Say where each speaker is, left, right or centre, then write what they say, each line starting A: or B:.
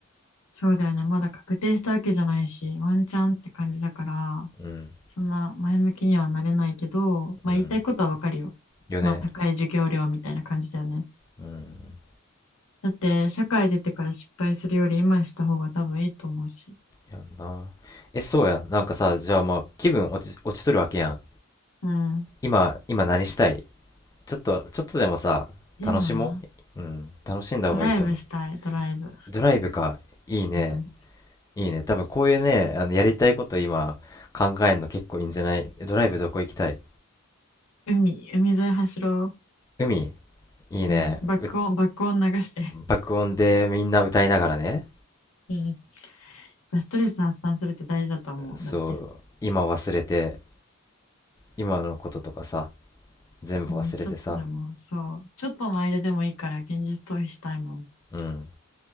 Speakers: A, on the left; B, on the left.
A: そうだよね。まだ確定したわけじゃないし、ワンチャンって感じだから、
B: うん
A: そんな前向きにはなれないけど、まあ、
B: うん
A: 言いたいことはわかるよ。
B: よね
A: まあ、高い授業料みたいな感じだよね。
B: うん
A: だって、社会出てから失敗するより今した方が多分いいと思うし。
B: やんなえそうやなんかさじゃあまあ気分落ち、落ちとるわけやん
A: うん。
B: 今今何したいちょっと、ちょっとでもさ、
A: 今、
B: 楽しもう。うん、楽しんだ方がいいと思う。
A: ドライブしたい、ドライブ。
B: ドライブか、いいね、
A: うん。
B: いいね。多分こういうね、あの、やりたいこと今考えるの結構いいんじゃないドライブどこ行きたい
A: 海、海沿い走ろ
B: 海いいね。
A: う。うん。爆音、
B: う
A: 爆音流して。
B: 爆音でみんな歌いながらね。
A: うん。ストレス発散するって大事だと思う。
B: そう、
A: だって。
B: 今忘れて、今のこととかさ、全部忘れてさ。
A: うん、ちょっとでも、そう。ちょっとの間でもいいから現実逃避したいもん。
B: うん。